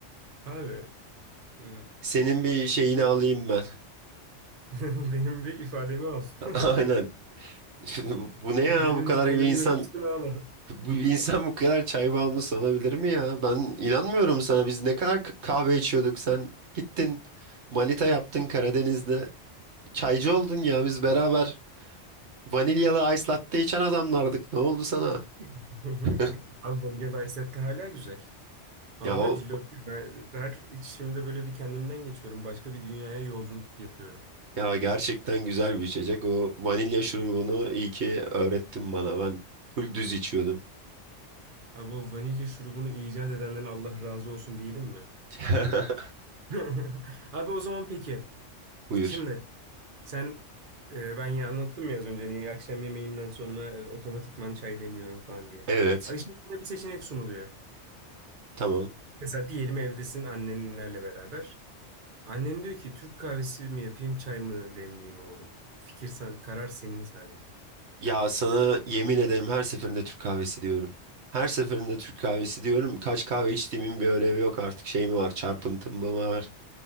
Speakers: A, on the right; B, on the right.
A: Abi e,
B: Senin bir şeyini
A: evet.
B: alayım ben.
A: <laughs> benim bir ifademi al. <laughs>
B: <laughs> Aynen. <laughs> Bu
A: <laughs>
B: ne
A: Benim
B: ya bu kadar bir
A: boyumun
B: insan
A: ölçüsünü al.
B: Bu insan bu kadar çay bağımlısı olabilir mi ya? Ben inanmıyorum sana. Biz ne kadar k- kahve içiyorduk. Sen gittin manita yaptın Karadeniz'de. Çaycı oldun ya. Biz beraber vanilyalı ice latte içen adamlardık. Ne oldu sana?
A: <laughs>
B: <laughs>
A: Abi Bongel Ayset'te hala güzel. Allah
B: Ya o
A: cillop gibi. Ben her içimde böyle bir kendimden geçiyorum. Başka bir dünyaya yolculuk yapıyorum.
B: ya gerçekten güzel bir içecek. O vanilya şurubunu iyi ki öğrettin bana. Ben full düz içiyordum.
A: Abi o vanilya şurubunu icat edenden Allah razı olsun diyelim mi?
B: <laughs>
A: <laughs> Abi o zaman peki.
B: Buyur.
A: Şimdi sen e, ben ya anlattım ya az önce niye akşam yemeğinden sonra e, otomatikman çay demliyorum falan diye.
B: Evet.
A: Abi şimdi sana bir seçenek sunuluyor.
B: Tamam.
A: Mesela diyelim evdesin annenlerle beraber. Annen diyor ki Türk kahvesi mi yapayım çay mı demleyeyim oğlum. Fikir sa- karar senin sadece.
B: Ya sana yemin ederim her seferinde Türk kahvesi diyorum. Her seferinde Türk kahvesi diyorum. Kaç kahve içtiğimin bir önemi yok artık. Şey mi var? Çarpıntım mı var?